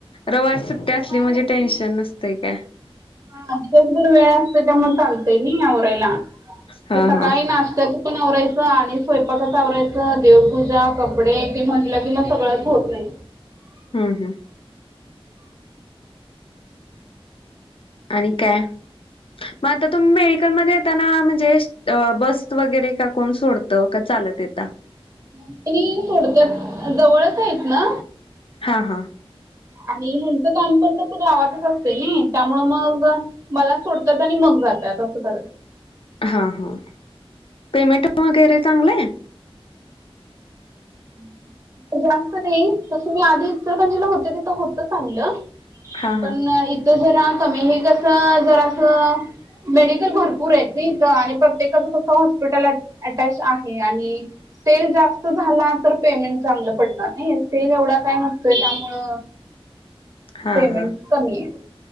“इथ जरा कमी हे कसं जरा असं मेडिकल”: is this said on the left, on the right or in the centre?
Right